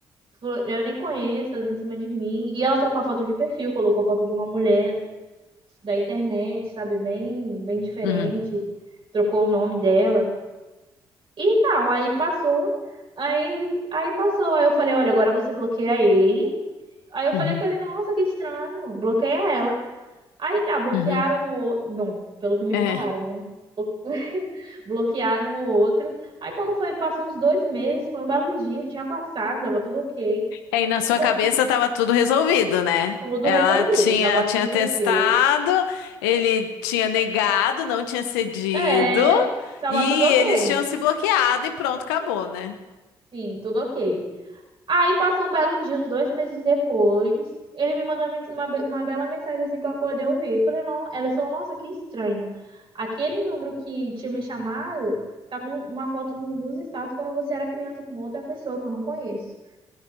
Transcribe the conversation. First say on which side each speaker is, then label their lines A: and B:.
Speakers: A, on the right; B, on the left.
A: Falou, Eu nem conheço, ela em cima de mim. E ela trocou a foto de perfil, colocou foto de uma mulher da internet, sabe? Bem, bem diferente.
B: uhum,
A: Trocou o nome dela. E tal, aí passou. Aí, aí passou. Aí eu falei, olha, agora você bloqueia ele. Aí eu falei
B: uhum,
A: com ele, nossa, que estranho. Bloqueia ela. Aí tá, bloquearam
B: uhum.
A: o. outro. Bom, pelo que me
B: É.
A: falaram, né? <laughs> Bloquearam o outro. Aí quando foi, passou uns dois meses, foi um belo dia, tinha passado, tava tudo ok.
B: Aí na sua
A: Foi
B: cabeça
A: um
B: estava tudo resolvido, né?
A: Tudo
B: Ela
A: resolvido,
B: tinha,
A: tava tudo
B: tinha testado,
A: ok.
B: ele tinha negado, não tinha cedido,
A: É, tava
B: e
A: tudo ok.
B: eles tinham se bloqueado e pronto, acabou, né?
A: Sim, tudo ok. Aí passou um belo dia, uns dois meses depois, ele me mandou uma, mens- uma be- uma bela mensagem assim que eu acordei eu vi. Eu falei, não, ela falou, nossa, que estranho. Aquele número que tinha me chamado tá com uma foto no- nos status quando você era criança com outra pessoa que eu não conheço.